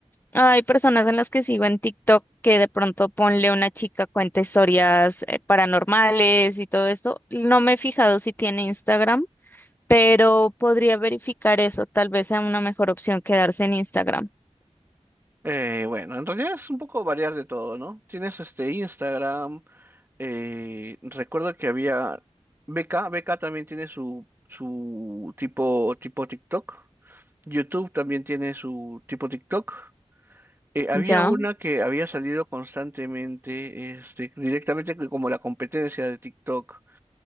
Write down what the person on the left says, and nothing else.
Hay personas en las que sigo en TikTok que de pronto ponle una chica cuenta historias eh, paranormales y todo esto. No me he fijado si tiene Instagram, pero podría verificar eso. Tal vez sea una mejor opción quedarse en Instagram.
¿Ya?